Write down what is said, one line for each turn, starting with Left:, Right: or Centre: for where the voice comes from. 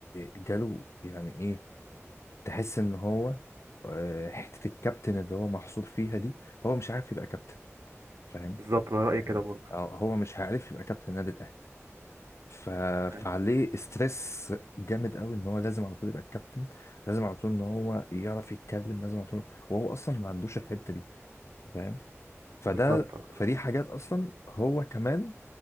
Left: جاله يعني إيه تحس إن هو آه، حتة الكابتن اللي هو محصور فيها دي هو مش عارف يبقى كابتن فاهم
Right: بالظبط أنا رأيي
Left: يعني
Right: كده برضه
Left: آه، هو مش عارف يبقى كابتن النادي الأهلي ف...
Right: فاهم؟
Left: فعليه استرس جامد قوي ان هو لازم على طول يبقى الكابتن لازم على طول ان هو يعرف يتكلم لازم على طول وهو اصلا ما عندوش الحتة دي فاهم فده
Right: بالظبط آه.
Left: فدي حاجات اصلا هو كمان